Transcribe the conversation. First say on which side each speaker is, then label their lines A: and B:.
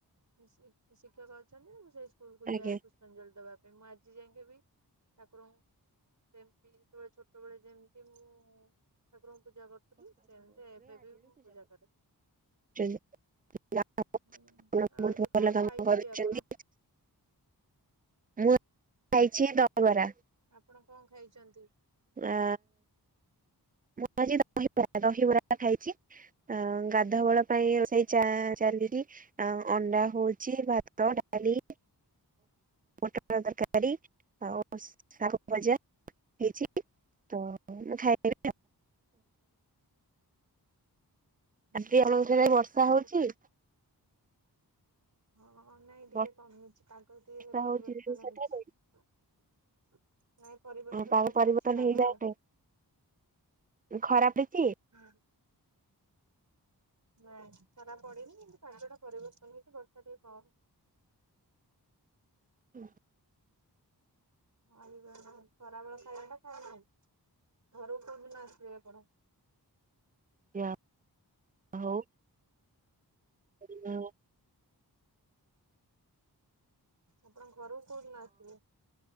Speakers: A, on the right; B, on the right.
A: ଉଁ ଶିକ୍ଷକ ଅଛନ୍ତି ମୁଁ ସେଇ ସ୍କୁଲକୁ
B: ଆଜ୍ଞା।
A: ଯାଏ ପୁଷ ପୁଷ୍ପାଞ୍ଜଳି ଦବା ପାଇଁ ମୁଁ ଆଜି ଯାକେ ବିି ଠାକୁରଙ୍କୁ ସେମତି ଯେତେବେଳେ ଛୋଟବେଳେ ଯେମତି ମୁଁ ଠାକୁରଙ୍କୁ ପୂଜା କରୁ ସେମିତି ଏବେ ବି ମୁଁ ପୂଜା କରେ।
B: ଯାହା ହଉ
A: ହୁଁ ଆଉ
B: ବହୁତ
A: ଆଜି କଣ
B: ଭଲ କାମ
A: ଖାଇଛନ୍ତି
B: କରୁଛନ୍ତି।
A: ଆପଣ
B: ମୁଁ ଆଜି ଖାଇଛି ଦହିବରା।
A: ଆପଣ କଣ ଖାଇଛନ୍ତି?
B: ଆ ମୁଁ ଆଜି ଦହିବରା ଦହିବରା ଖାଇଛି। ଅ ଗାଧୁଆବଳ ପାଇଁ ରୋଷେଇ ଚା ଚାଲିଛି ଆ ଅଣ୍ଡା ହଉଛି ଭାତ ଡାଲି ମଟ ତରକାରୀ। ଆଉ ଶାଗ
A: ହୁଁ
B: ଭଜା ହେଇଛି ତ ମୁଁ ଖାଇନେବି।
A: ହୁଁ
B: ଆଜି ଆମ ଥରେ ବର୍ଷା
A: ହଉ
B: ହଉଛି।
A: ହଁ ନାଇଁ
B: ବର୍ଷା
A: ଟିକେ କମିଛି ପାଗ ଟିକେ
B: ବର୍ଷା
A: ପରିବର୍ତ୍ତନ
B: ହଉଛି ଯେ ସେଠାରେ
A: ହେଇଛି। ନାଇଁ। ପରିବର୍ତ୍ତନ
B: ପାଗ
A: ଟିକେ
B: ପରିବର୍ତ୍ତନ
A: ଅଛି ପାଗ
B: ହେଇଯାଏ ଖରା ପଡିଛି
A: ହଁ। ନାଇଁ ଖରା ପଡନି କିନ୍ତୁ ପାଗଟା ପରିବର୍ତ୍ତନ ହେଇଛି ବର୍ଷା ଟିକେ କମ
B: ହୁଁ।
A: ହଁ ଖରାବେେଳ ଖାଇବାଟା ଖାଇ ନାହିଁ ଘରକୁ କୋଉ ଦିନ ଆସିବେ ଆପଣ?
B: ୟା ଆଉ ଏଇନା ଆଉ
A: ଆପଣ ଘରକୁ କୋଉଦିନ ଆସିବେ?